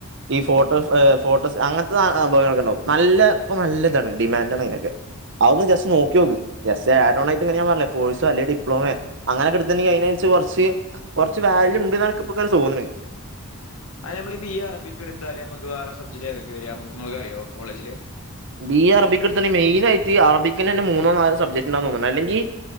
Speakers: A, on the right; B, on the left.
A: ഈ ഫോട്ടോ
B: ഉം
A: ഫോട്ടോസ് അങ്ങൻത്തെ സംഭവങ്ങളൊക്ക ഉണ്ടാവും നല്ല ഇപ്പൊ നല്ലതാണ് ഡിമാൻഡ് ആണ് അതിനൊക്കെ അതൊന്ന് ജസ്റ്റ് നോക്കി ഓക്ക് ജസ്റ്റ് ആഡോണായി ഞാ പറഞ്ഞ കോഴ്സോ അല്ലെ ഡിപ്ലോമ അങ്ങനെ ഒക്കെ എട്ത്ത്ണ്ടെങ്കി അതിനരിച്ച് കുറച്ച് കുറച്ച് വാല്യു ഉണ്ട് എന്നാണ് ഇൻക്ക് ഇപ്പൊക്കെ ഇങ്ങനെ തോന്ന്ണ്
B: അതെ നമ്മള് ബി എ അറബിക്ക് എടുത്താല് നമ്മക്ക് വേറെ സബ്ജക്ട് ഏതൊക്കെ വരിക നിങ്ങൾക്ക് അറിയോ കോളേജില്
A: ബി എ അറബിക്ക എടുത്താല് മെയിനായിയിട്ട് അറബിക്കി ലന്നെ മൂന്നോ നാലോ സബ്ബ്ക്ട് ഉണ്ടാവും തോന്നുണത് അല്ലങ്കിൽ